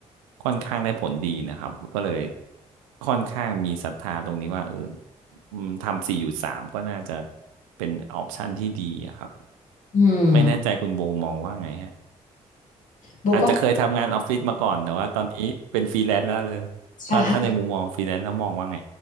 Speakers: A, on the right (about 85°); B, on the left (about 50°).
A: ค่อนข้างได้ผลดีนะครับก็เลยค่อนข้างมีศรัทธาตรงนี้ว่าเออ อืมทำสี่หยุดสามก็น่าจะเป็นออปชันที่ดีอะครับ
B: อืม
A: ไม่แน่ใจคุณโบมองว่าไงฮะ
B: โบก็
A: อาจจะเคยทำงานออฟฟิศมาก่อนแต่ว่าตอนนี้เป็นฟรีแลนซ์แล้วเลยถ้าถ้าในมุมมองฟรีแลนซ์แล้วมองว่าไง
B: ใช่